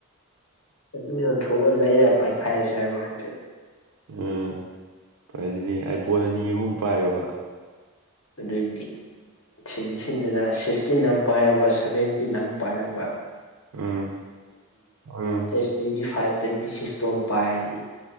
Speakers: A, on the left; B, on the right.
A: ꯑꯗꯨ ꯌꯣꯟ ꯊꯥꯛꯂꯑ ꯂꯩꯔ ꯍꯥꯏꯔꯥꯔꯦ ꯍꯥꯏꯕꯔꯣ
B: ꯎꯝ ꯐꯗꯧꯏꯅꯦ ꯑꯥꯏ ꯄꯣꯟ ꯑꯅꯤ ꯑꯍꯨꯝ ꯄꯥꯏꯔꯥꯕ
A: ꯑꯗꯨꯏꯗꯤ ꯁꯤꯟ ꯁꯤꯟꯗꯅ ꯁꯤꯛꯁꯇꯤꯟ ꯑꯃ ꯄꯥꯏꯔꯕ ꯁꯚꯦꯟꯇꯤꯟ ꯑꯃ ꯄꯥꯏꯔꯕ
B: ꯎꯝ ꯎꯝ
A: ꯑꯦꯁ ꯇ꯭ꯋꯦꯟꯇꯤ ꯐꯥꯏꯕ ꯇ꯭ꯋꯦꯟꯇꯤ ꯁꯤꯛꯁꯇꯣ ꯑꯝ ꯄꯥꯏꯔꯗꯤ